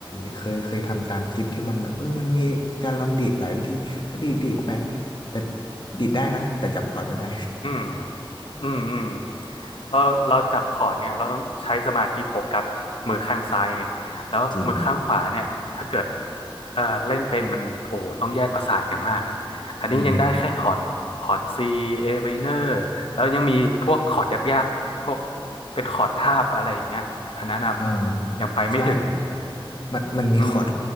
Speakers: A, on the left (about 55°); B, on the left (about 75°).
A: เคยเคยทำตามคลิปที่มันแบบเออมันมีการลองดีดหลายวิธีก็ดีดดีดไปแต่ดีดได้นะแต่จับคอร์ดไม่ได้
B: <laughs> อืมอืมอืมเราเราจับคอร์ดเนี่ยเราต้องใช้สมาธิโฟกัสมือข้างซ้ายไงแล้วมือข้างขวาเนี่ยถ้าเกิด
A: <laughs> จริง
B: เอ่อเล่นเป็นมันโอ้โหต้องแยกประสาทอย่างมากอ่ะอันนี้ยังได้แค่คอร์ดคอร์ด
A: อืม
B: C A minor แล้วยังมีพวกคอร์ดยากๆพวกเป็นคอร์ดทาบอะไรอย่างเงี้ยอันนั้นนะ
A: อ่า
B: ยังไปไม่ถึง
A: ใช่มันมันมีคอร์ด
B: อืม